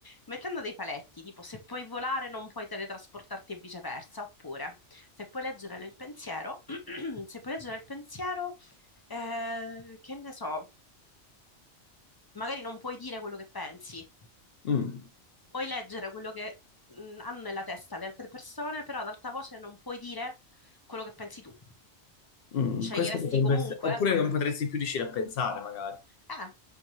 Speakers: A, on the left; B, on the left.
A: Mettendo dei paletti, tipo, se puoi volare non puoi teletrasportarti e viceversa, oppure, se puoi leggere nel pensiero, <clears throat> se puoi leggere nel pensiero, eh, che ne so, magari non puoi dire quello che pensi,
B: Mm.
A: puoi leggere quello che mh, hanno nella testa le altre persone, però ad alta voce non puoi dire quello che pensi tu.
B: Mm,
A: Sceglieresti
B: questo potrebbe
A: comunque?
B: essere, oppure non potresti più riuscire a pensare, magari.
A: Eh.